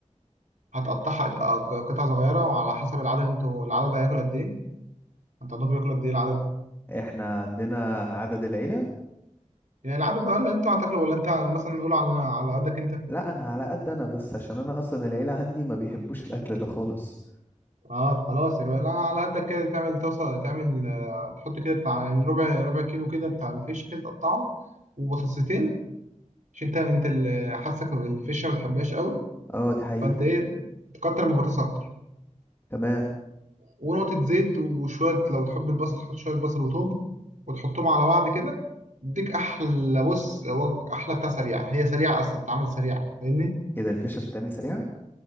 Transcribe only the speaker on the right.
هتقطعها آه، ق- قطع صغيرة وعلى حسب العدد انتوا العدد هياكل قد ايه انت عندكم بياكلوا قد ايه العدد
يعني العدد ده ولا انت هتاكله ولا انت مثلا نقول على على قدك انت
اه خلاص يبقى لا على قدك كده تعمل طاسة تعمل آه، تحط كده بتاع يعني ربع ربع كيلو كده بتاع الفيش كده تقطعه وبطاطستين عشان انت انت اللي حاسك بالفيش ما بتحبهاش قوي
فانت ايه تكتر من البطاطس اكتر
ونقطة زيت وشوية لو تحب البصل تحط شوية بصل وتوم وتحطهم على بعض كده يديك أحلى بص وج- أحلى بتاع سريعة هي سريعة أصلا بتتعمل سريعة فاهمني؟